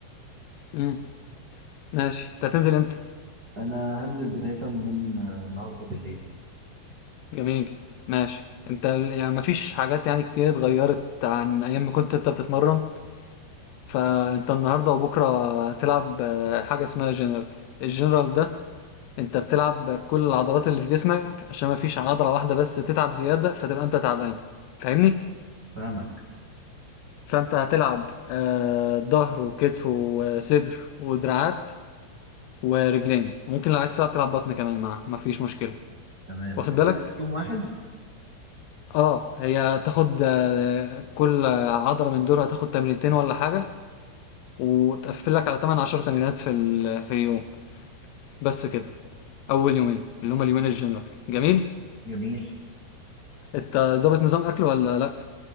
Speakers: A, on the left (about 90°); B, on the right (about 35°).
A: امم ماشي انت هتنزل امتى
B: انا هنزل بدايه من آه، النهارده بالليل
A: جميل ماشي انت ال- يعني مفيش حاجات يعني كتير اتغيرت عن ايام ما كنت انت بتتمرن فانت النهارده وبكره هتلعب آه، حاجه اسمها جنرال الجنرال ده انت بتلعب كل العضلات اللي في جسمك عشان مفيش عضله واحده بس تتعب زياده فتبقى انت تعبان فاهمني
B: فاهمك
A: فانت هتلعب آه، ظهر وكتف وصدر ودراعات ورجلين ممكن لو عايز تلعب تلعب بطن كمان معاه مفيش مشكله
B: تمام
A: واخد بالك
B: كل ده في يوم واحد
A: آه، هي هتاخد آه، كل عضلة من دول هتاخد تمرينتين ولا حاجة وتقفل لك على 8 10 تمرينات في ال- في اليوم بس كده أول يومين اللي هما اليومين الجنرال جميل
B: جميل
A: أنت ظابط نظام أكل ولا لأ؟